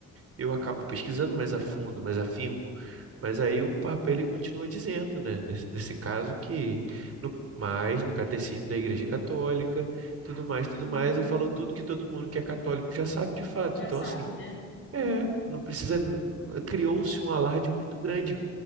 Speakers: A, on the right; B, on the left.
A: eu acabo pesquisando mais a fundo, mais afinco, mas aí o Papa ele continua dizendo, né, nesse, nesse caso que no mais no catecismo da Igreja Católica, tudo mais, tudo
B: Uhum.
A: mais, e falou tudo que todo mundo que é católico já sabe de fato.
B: Já
A: Então
B: sabe,
A: assim,
B: né?
A: é,
B: É.
A: não precisa, criou-se um alarde muito grande